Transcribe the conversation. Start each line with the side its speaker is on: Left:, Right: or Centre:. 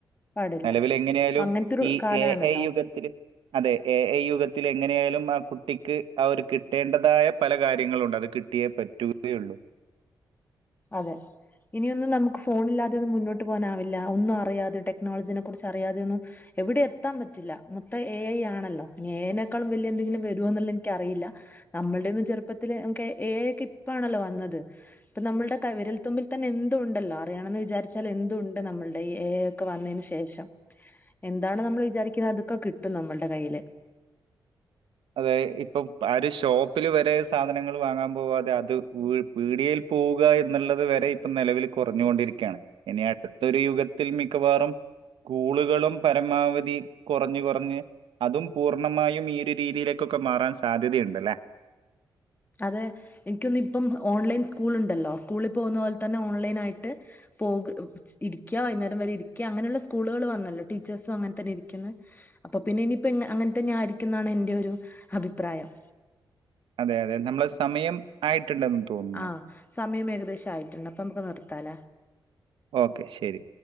Left: പാടില്ല
Right: നിലവിൽ എങ്ങനെയെലും
Left: അങ്ങനത്തൊരു
Right: ഈ
Left: കാലാണല്ലോ
Right: ഏ ഐയും <unintelligible> അതെ എ ഐ യുഗത്തിൽ എങ്ങനെയെലും ആ കുട്ടിക്ക് ആ ഒരു കിട്ടേണ്ടതായ പല കാര്യങ്ങളുണ്ട് അത് കി കുട്ടിയെ പറ്റുകയുള്ളൂ
Left: അതെ ഇനിയൊന്നും നമുക്ക് ഫോണില്ലാതെ മുന്നോട്ട് പോകാനാവില്ല ഒന്നും അറിയാതെ ടെക്നോളജിനെ കുറിച്ച് അറിയാതെ ഒന്നും എവിടെയും എത്താൻ പറ്റില്ല മൊത്തം ഏ ഐ ആണല്ലോ ഇനി ഏ ഐ നേക്കാളും വലിയ എന്തെങ്കിലും വരുവോ എന്നുള്ളത് എനിക്ക് അറിയില്ലാ നമ്മടെയെന്നും ചെറുപ്പത്തിലെ നമുക്ക് ഏ ഐ ക്കെ ഇപ്പാണല്ലോ വന്നത് ഇപ്പൊ നമ്മളുടെ വിരൽ തുമ്പിൽ തന്നെ എന്തുംഉണ്ടല്ലോ അറിയണെന്ന് വിചാരിച്ചാൽ എന്തു ഉണ്ട് നമ്മളുടെ ഏ ഐ ഒക്കെ വന്നതിന് ശേഷം എന്താണ് നമ്മൾ വിചാരിക്കുന്നത് അതൊക്കെ കിട്ടും നമ്മളുടെ കയ്യില്
Right: അതെ ഇപ്പം ആ ഒരു ഷോപ്പില് വരെ സാധനങ്ങൾ വാങ്ങാൻ പോവാതെ അത് ഗൂഗിൾ വീഡിയയിൽ പോവുക എന്നുള്ളത് വരെ ഇപ്പൊ നിലവിൽ കെറഞ്ഞുകൊണ്ടിരിക്കുകയാണ് ഇനി അടുത്തൊരു യുഗത്തിൽ മിക്കവാറും സ്ക്കൂളുകളും പരമാവധി കെറഞ്ഞ് കെറഞ്ഞ് അതും പൂർണമായും ഈ ഒരു രീതി രീതിയിലേക്കൊക്കെ മാറൻ സാധ്യതയുണ്ടല്ലേ
Left: അതെ എനിക്ക് തോന്നിയിപ്പം ഓൺലൈൻ സ്കൂൾ ഉണ്ടല്ലോ സ്കൂളിൽ പോകുന്ന പോലെ തന്നെ ഓൺലൈൻ ആയിട്ട് പോക ഇരിക്ക വൈകുന്നേരം വരെ ഇരിക്ക അങ്ങനെയുള്ള സ്കൂളുകൾ വന്നല്ലോ ടീച്ചേഴ്സ് അങ്ങനെ തന്നെ ഇരിക്കുന്ന അപ്പൊ പിന്നെ ഇനിയിപ്പോ അങ്ങനത്തന്നെ ആയിരിക്കും എന്നാണ് എന്റെ ഒരു അഭിപ്രായം
Right: അതെ അതെ നമ്മള് സമയം ആയിട്ടുണ്ടെന്ന് തോന്നുന്നു.
Left: ആഹ് സമയം ഏകദേശം ആയിട്ടുണ്ട് അപ്പൊ നമുക്ക് നിർത്താലാ
Right: ഒക്കെ ശരി